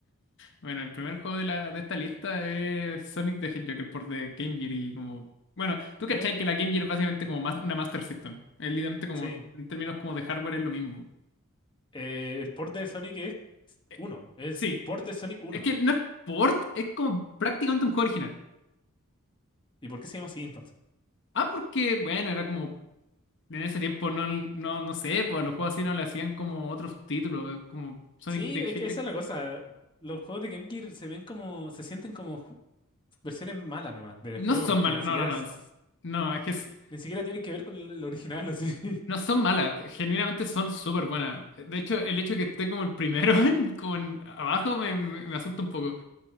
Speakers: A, on the left; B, on the left.
A: Bueno, el primer juego de, la, de esta lista es Sonic the Hedgehog, el port de Game Gear y como... Bueno, tú cachai
B: Es
A: que la Game Gear es básicamente como
B: un
A: más, una Master System. Es literalmente como,
B: Sí.
A: en términos como de hardware es lo mismo.
B: Eh, el port de Sonic es
A: Eh,
B: uno, Es
A: sí,
B: port de Sonic uno.
A: es que no es port, es como prácticamente un juego original.
B: ¿Y por qué se llama así entonces?
A: Ah, porque, bueno, era como En ese tiempo no, no, no sé, pues a los juegos así no le hacían como otro subtítulo, eh, como Sonic
B: Sí,
A: the
B: es
A: Hedgehog.
B: que esa es la cosa. Los juegos de Game Gear se ven como, se sienten como ju- versiones malas nomás del
A: No
B: juego,
A: son
B: que
A: malas,
B: ni siquiera,
A: no, no, no.
B: s-
A: es- No,
B: ni
A: es que es-
B: ni siquiera tienen que ver con el el original, así. <laughs>
A: no son malas, genuinamente son súper buenas. De hecho, el hecho de que esté como el primero, <laughs> en- como en abajo, me, me, me asusta un poco.